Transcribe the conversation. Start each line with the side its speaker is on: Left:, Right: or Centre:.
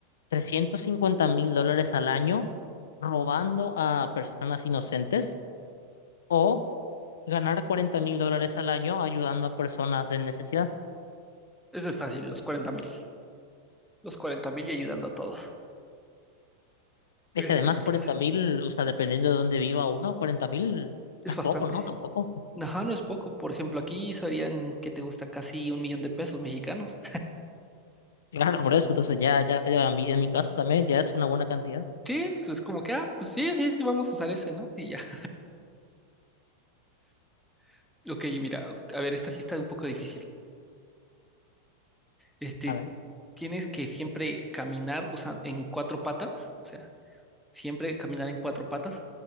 Left: trescientos cincuenta mil dólares al año robando a personas inocentes o ganar cuarenta mil dólares al año ayudando a personas en necesidad?
Centre: Eso es fácil, los 40 mil. Los 40 mil y ayudando a todos.
Left: Es
Centre: Es
Left: que además
Centre: súper
Left: cuarenta
Centre: fácil.
Left: mil, o sea, dependiendo de dónde viva uno, cuarenta mil
Centre: Es
Left: no es
Centre: bastante.
Left: poco, ¿no? Tampoco.
Centre: Ajá, no es poco. Por ejemplo, aquí serían que te gusta casi un millón de pesos mexicanos.
Left: Claro, por eso. Entonces ya, ya, ya a mí- en mi caso también ya es una buena cantidad.
Centre: Sí, eso es como que, ah, pues sí, sí, sí, vamos a usar ese, ¿no? Y ya. <laughs> Ok, mira, a ver, esta sí está un poco difícil. Este,
Left: A ver,
Centre: tienes que siempre caminar usan- en cuatro patas, o sea, siempre caminar en cuatro patas,